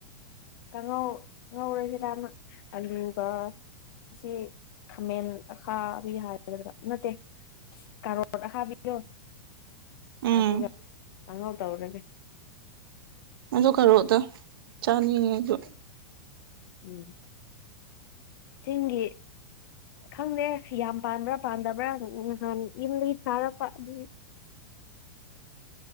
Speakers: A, on the left; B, on the right.
A: ꯀꯥꯡꯉꯧ ꯉꯧꯔꯁꯤꯔꯅ ꯑꯂꯨꯒ꯫ ꯑꯁꯤ ꯈꯥꯃꯦꯟ ꯑꯈꯥꯕꯤ ꯍꯥꯏꯒꯗ꯭ꯔꯥ ꯅꯠꯇꯦ꯫ ꯀꯥꯔꯣꯠ ꯑꯈꯥꯕꯤꯗꯣ
B: ꯎꯝ
A: ꯑꯗꯨꯒ ꯀꯥꯡꯍꯧ ꯇꯧꯔꯒꯦ꯫
B: ꯑꯗꯨ ꯀꯔꯣꯠꯗꯨ ꯆꯥꯅꯤꯡꯉꯤꯗꯨ꯫
A: ꯎꯝ꯫ ꯆꯤꯡꯒꯤ꯫ ꯈꯪꯗꯦ ꯌꯥꯝ ꯄꯥꯟꯕ꯭ꯔꯥ ꯄꯥꯟꯗꯕ꯭ꯔꯥ ꯅꯍꯥꯟ ꯌꯨꯝꯗꯒꯤ ꯊꯥꯔꯛꯄ ꯑꯗꯨꯒꯤ꯫